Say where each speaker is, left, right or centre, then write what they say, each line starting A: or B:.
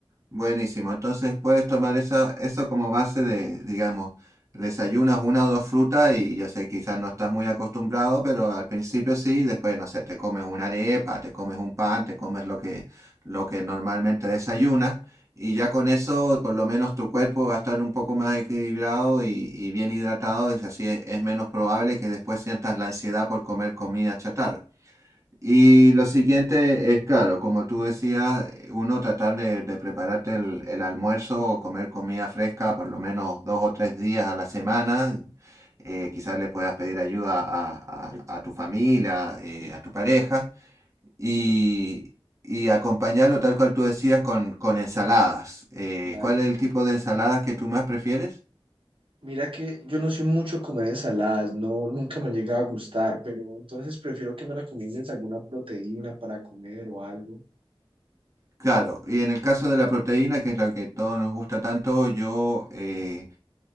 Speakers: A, on the right (about 35°); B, on the right (about 65°).
A: Buenísimo. Entonces puedes tomar esa, eso como base de, digamos, desayunas una o dos frutas y yo sé, quizás no estás muy acostumbrado, pero al principio sí, después, no sé, te comes una arepa, te comes un pan, te comes lo que, lo que normalmente desayunas y ya con eso por lo menos tu cuerpo va a estar un poco más equilibrado y, y bien hidratado y así es es menos probable que después sientas la ansiedad por comer comida chatarra. Y lo siguiente es, claro, como tú decías, eh, uno tratar de, de prepararte el, el almuerzo o comer comida fresca por lo menos dos o tres días a la semana. Eh, quizás le puedas pedir ayuda a, a- a tu familia, eh, a tu pareja, y, y acompañarlo tal cual tú decías con, con ensaladas. Eh,
B: Dale.
A: ¿cuál es el
B: Y
A: tipo de ensaladas que tú más prefieres?
B: mira que yo no soy mucho de comer ensaladas, no, nunca me ha llegado a gustar, pero entonces prefiero que me recomiendes alguna proteína para comer o algo.
A: Claro, y en el caso de la proteína, que es la que todos nos gusta tanto, yo... eh,